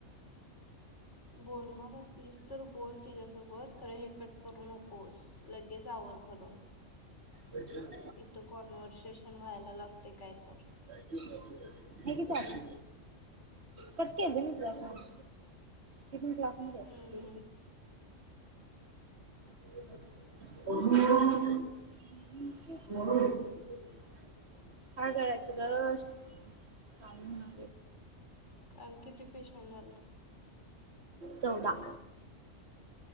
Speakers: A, on the left; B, on the right.
A: बोलणार असलिसच तर बोल तीच्यासोबत खरं हे कट करू नकोस. लगेच आवर खर.
B: बज <unintelligible>
A: इथं कॉन्व्हर्सेशन व्हायला लागते काय तर.
B: हाय की चावी कट केलती मी तुझा फोन. ती पण क्लास मध्ये आहे.
A: हम्म हम्म
B: <unintelligible> काय करायच ग सांगना.
A: काल किती पेशंट झाले?
B: चौवदा.